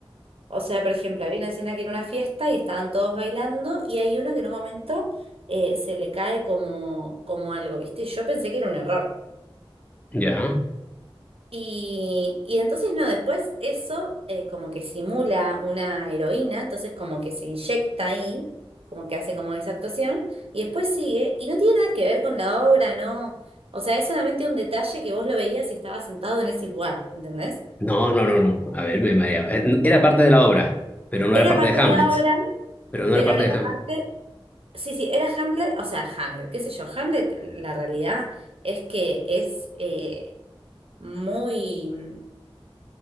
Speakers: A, on the right; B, on the left.
A: O sea, por ejemplo, había una escena que era una fiesta y estaban todos bailando y hay uno que en un momento eh, se le cae como, como algo, ¿viste? Y yo pensé que era un error.
B: ¿Ya?
A: Y, y entonces no, después eso eh, como que simula una heroína, entonces como que se inyecta ahí, como que hace como esa actuación, y después sigue, y no tiene nada que ver con la obra, no. O sea, es solamente un detalle que vos lo veías si estabas sentado en ese lugar, ¿entendés?
B: No, no, no, no. A ver, me mareaba. Eh, Era parte de la obra, pero no
A: Era
B: era parte
A: parte
B: de Hamlet.
A: de la obra,
B: Pero no
A: pero
B: era parte
A: no era
B: de Hamlet.
A: parte. Sí, sí, era Hamlet, o sea, Hamlet, qué sé yo, Hamlet, la realidad es que es eh, muy, mm,